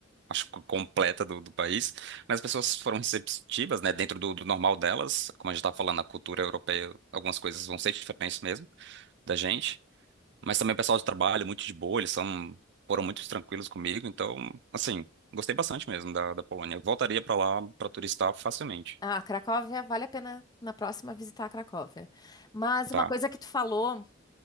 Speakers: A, on the right; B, on the left.
A: acho que completa do, do país. Mas as pessoas foram receptivas, né? Dentro do, do normal delas, como a gente estava falando, a cultura europeia, algumas coisas vão ser diferentes mesmo. da gente. Mas também o pessoal de trabalho, muito de boa, eles são, foram muito tranquilos comigo. Então, assim, gostei bastante mesmo da, da Polônia. Eu voltaria pra lá pra turistar facilmente.
B: Ah, Cracóvia, vale a pena na próxima visitar a Cracóvia. Mas
A: Tá.
B: uma coisa que tu falou